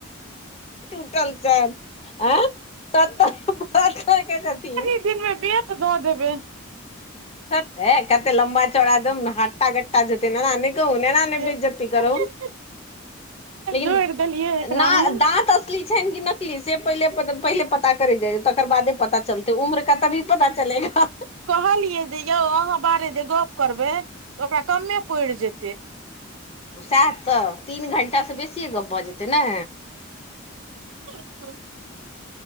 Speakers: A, on the left; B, on the right.
A: उटल छै आँ सत्तके छथिन।
B: दिनमे तऽ दऽ देब
A: सते कते लम चौड़ा दम हाटटा गटटा जने कहू ए नहि
B: तेहन
A: बेजी करू लेकिन
B: जोड़ि देलियै एकरा
A: ने
B: हम
A: दाँत छै कि नकली से पहिले पहिले पता करे जाइ तकर बादे पता चलते उम्र का तऽ भी पता चलेगा
B: कहलियै जे यौ अहाँ बारे जे गप करबै तऽ ओकरा कमे पड़ि जेतै।
A: सएह तऽ तीन ठंडासँ बेसिए गप्प भऽ जेतै ने
B: ह।